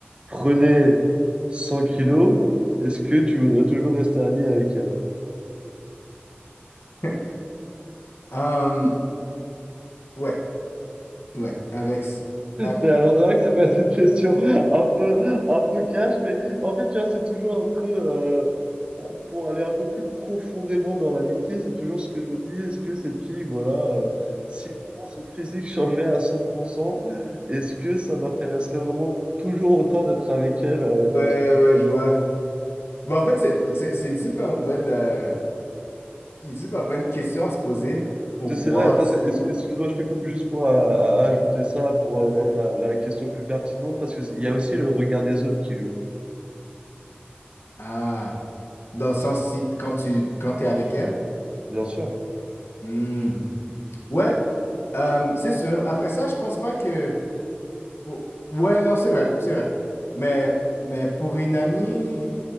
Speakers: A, on the right; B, on the left.
A: prenait 100 kilos, est-ce que tu voudrais toujours rester ami avec elle?
B: <laughs> Euh, ouais, ouais, avec, avec,
A: C'est- Alors, c'est vrai que ça peut être une question un peu, un peu cash, mais en fait, tu vois, c'est toujours un peu, euh, pro- pour aller un peu plus profondément dans l'amitié, c'est toujours ce que je me dis, est-ce que cette fille, voilà, euh, si vraiment son physique changerait à cent pour cent est-ce que ça m'intéresserait vraiment toujours autant d'être avec elle, euh,
B: ouais,
A: comme ça?
B: ouais, je vois. Bon, en fait, c'est c'est- c'est une super bonne, euh, une super bonne question à se poser pour
A: C'est
B: voir
A: c'est vrai, parce
B: si,
A: que, es- excuse-moi, je te coupe juste pour euh, ajouter ça, pour
B: vas-y,
A: euh, rendre
B: vas-y.
A: la, la question plus pertinente, parce qu'il y
B: <laughs>
A: a aussi le regard des autres qui joue,
B: Ah, dans le sens si quand tu, quand t'es avec elle.
A: bien sûr.
B: Hmm. Ouais, euh, c'est sûr. Après ça, je pense pas que, pour- ouais, non, c'est vrai, c'est vrai. Mais, mais pour une amie,